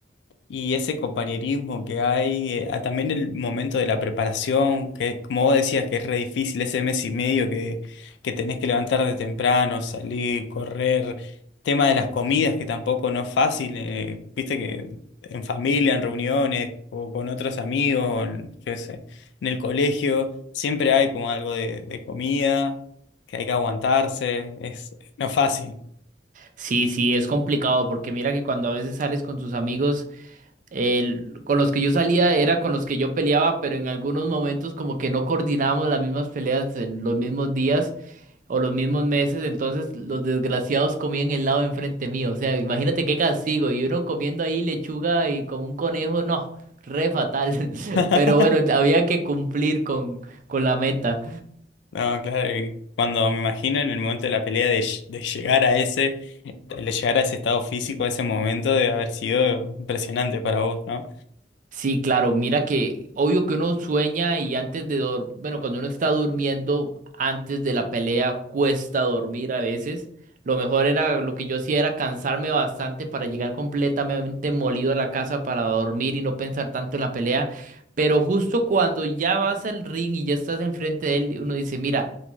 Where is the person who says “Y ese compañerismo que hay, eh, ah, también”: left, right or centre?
Left